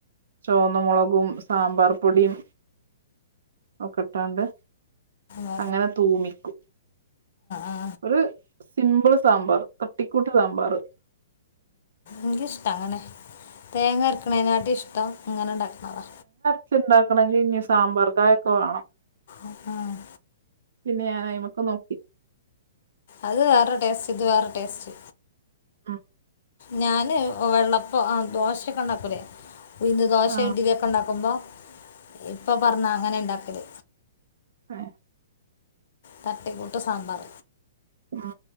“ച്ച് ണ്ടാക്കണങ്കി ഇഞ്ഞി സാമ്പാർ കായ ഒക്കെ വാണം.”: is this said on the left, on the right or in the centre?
Right